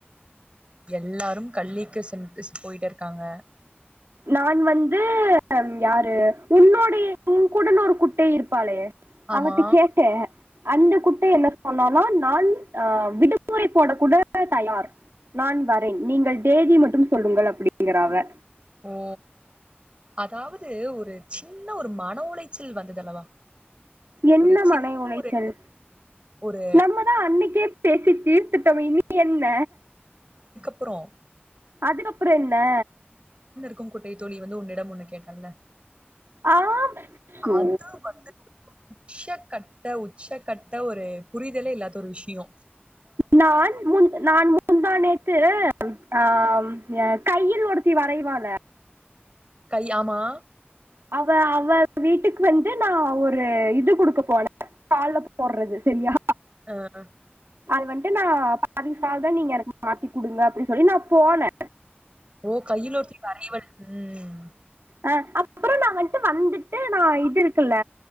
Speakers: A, on the right; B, on the right.
A: எல்லாரும் கள்ளிக்கு சென் போயிட்டு இருக்காங்க
B: நான் வந்து யாரு உன்னோடைய உங்குடன் ஒரு குட்டை இருப் பாளே
A: ஆமா.
B: அவட்ட கேட்டே அந்த குட்ட என்ன சொன்னாலா நான் அஹ் விடுமுறை போட கூட தயார் நான் வரேன் நீங்கள் தேதி மட்டும் சொல்லுங்கள் அப்படிங்கிறா அவ
A: ஓ அதாவது ஒரு சின்ன ஒரு மன உளைச்சல் வந்தது அல்லவா?
B: என்ன
A: ஒரு சின்ன
B: மனை உளைச்சல்
A: ஒரு ஒரு
B: நம்மதா அன்னைக்கே பேசி தீர்த்துட்டோமே இனி என்ன?
A: ப்புறோ
B: அதுக்கப்புறோ என்ன?
A: க்கும் குட்டை தோழி வந்து உன்னிடம் ஒண்ணு கேட்டாள்ள?
B: ஆம் சோ
A: அது வந்து <inaudible> சட் கட்ட உச்ச கட்ட ஒரு புரிதலே இல்லாத ஒரு விஷ்யோ
B: நான் முன் நான் முந்தானேத் து ஆஹ் என் கையில் ஒருத்தி வரைவால
A: கை ஆமா
B: அவ அவ வீட் வீட்டுக்கு வந்து நா ஒரு இது குடுக்க போனே <unintelligible> போடுறது சரியா?
A: ஆஹ்
B: அது வந்ட்டு நா பாதிசால்தா நீங்க எனக்கு மாத்தி குடுங்க அப்புடின்னு சொல்லி நா போன
A: ஓ கையில ஒருத்தி வரைவாள் உம்
B: ஆஹ் அப்புறோ நா வந் ட்டு வந்துட்டு நா இது இருக்குல்ல